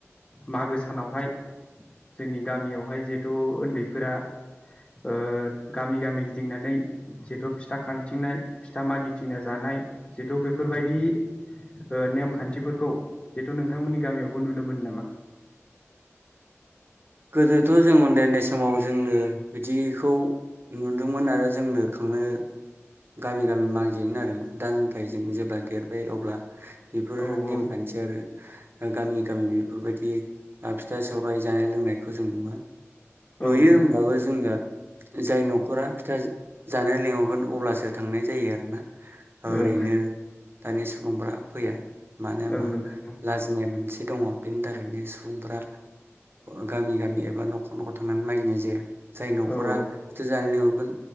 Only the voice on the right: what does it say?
औ
गोदोथ' जों उन्दै उन्दै समाव जोंनो बिदिखौ नुदोंमोन आरो जोंनो खांनो गामि गामि मागियोमोन आरोना दा नाथाय जों जेब्ला देरबाय अब्ला बेफोरो
नेमखान्थि आरो गामि गामि बेफोरबायदि ओ फिथा सौराय जायाय लोंनाय खौ जों नुवा।
नुयो
होमबाबो
जोङो। जाय नख'रा फिथा जा जानो लेंहरगोन अब्लासो थांनाय जायो आरोना। ओरैनो
दानि सुबुंफोरा फैया। मानो होनबा
लाजिनाय मोनसे दङ बेनि थाखायनो सुबुंफ्रा गाव गामि गामि एबा न'खर न'खर थांनानै मागिनाय जाया। जाय नख'रा
फिथा जानो लिंहरगोन